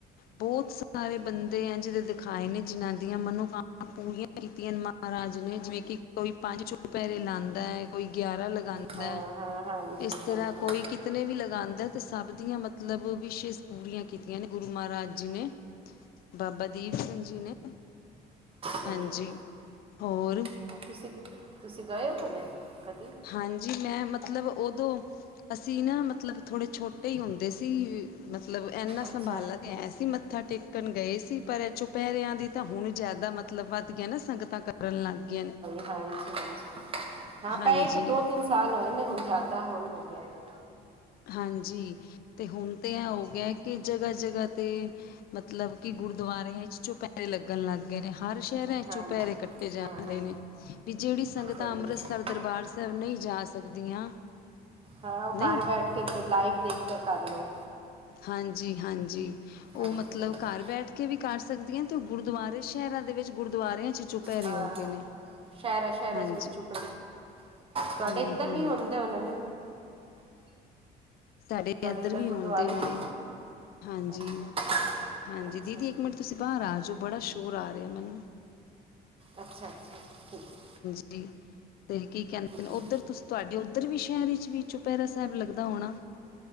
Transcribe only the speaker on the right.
ਹਾਂ
ਹਾਂ ਹਾਂਜੀ
ਹਾਂ
ਹਾਂ
ਸਹੀ
ਹੈ
<unintelligible> ਤੁਸੀਂ ਗਏ ਹੋ ਕਦੇ ਕਦੇ।
ਅੱਛਾ
ਹਾਂਜੀ-ਹਾਂਜੀ, ਹਾਂ
ਪਏ ਇੱਕ ਦੋ ਤਿੰਨ ਸਾਲ ਹੋਏ ਨੇ ਹੁਣ ਜ਼ਿਆਦਾ ਹੁਣ ਹੋ ਕੇ ਆਏਗਾ।
ਹਾਂ
ਹਾਂ
ਹਾਂ
ਸਹੀ
ਹੈ
ਹਾਂ। ਉਹ
ਘਰ ਬੈਠ ਕੇ ਫਿਰ ਲਾਈਵ ਦੇਖ ਕਰ ਕਰਲੋ।
ਹਾਂਜੀ
ਹਾਂਜੀ
ਹਾਂ ਹਾਂ
ਸ਼ਹਿਰਾ- ਸ਼ਹਿਰਾ
ਗੜਚੁਪ ਤੁਹਾਡੇ
ਇੱਧਰ
ਵੀ ਹੁੰਦੇ ਹੋਣੇ ਨੇ।
ਤੁਹਾਡੇ
ਗੁਰਦੁਆਰੇ
ਚ
ਅੱਛਾ
ਅੱਛਾ
ਅੱਛਾ- ਅੱਛਾ। ਠੀਕ ਹੈ।
ਜੀ